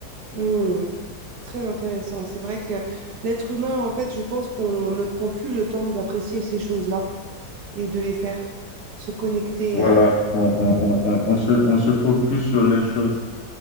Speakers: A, on the right (about 85°); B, on the left (about 55°).
A: Hmm. Très intéressant. C'est vrai que l'être humain, en fait, je pense qu'on ne prend plus le temps d'apprécier ces choses-là et de les faire, de se connecter
B: Voilà,
A: à...
B: on, on- on- on- on se, on se focus sur les choses